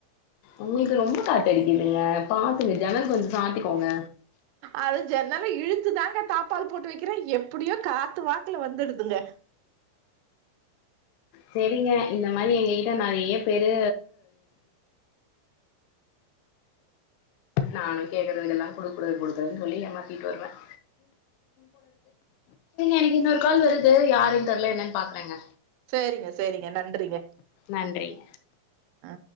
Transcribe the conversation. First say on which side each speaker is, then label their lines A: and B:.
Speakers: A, on the left; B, on the right.
A: உங்களுக்கு ரொம்ப காத்தடிக்குதுங்க பாத்துங்க ஜன்னல் கொஞ்சோ சாத்திக்கோங்க
B: அது ஜன்னல இழுத்துதாங்க தாப்பால் போட்டுவக்கிறேன் எப்டியோ காத்து வாக்குல வந்துடுதுங்க
A: செரிங்க இந்த மாரி எங்க கிட்ட நெறைய பேரு நானும் கேக்குறதுக்கு எல்லா குடுக்க கூடாது குடுக்கக்கூடாதுன்னு சொல்லிட்டு ஏமாத்திட்டு வருவேன் எனக்கு இன்னொரு கால் வருது யாரன்னு தெரல என்னன்னு பாக்குறேங்க
B: செரிங்க செரிங்க நன்றிங்க
A: நன்றிங்க
B: ஆ